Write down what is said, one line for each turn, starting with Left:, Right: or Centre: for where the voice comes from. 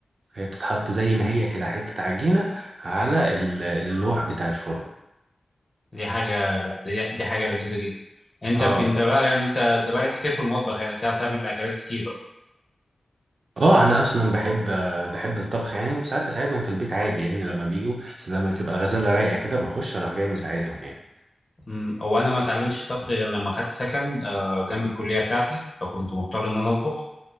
Right: هي بتتحط زي ما هي كده حته عجينه على ال- اللوح بتاع الفرن
Left: دي حاجه لا دي, دي حاجه لذيذه جدا انت
Right: اه
Left: انت
Right: ف...
Left: بقى يعني انت انت بقالك كتير في المطبخ يعني بتعرف تعمل اكلات كتير بقى
Right: اه انا اصلا بحب آه، بحب الطبخ يعني وساعات بساعدهم في البيت عادي يعني لما بيجوا بس لما بتبقى الغزاله رايقه كده بخش اروح جاي مساعدهم يعني
Left: مم. هو انا ما اتعلمتش طبخ غير لما خدت سكن آه، جنب الكليه بتاعتي فكنت مضطر ان انا اطبخ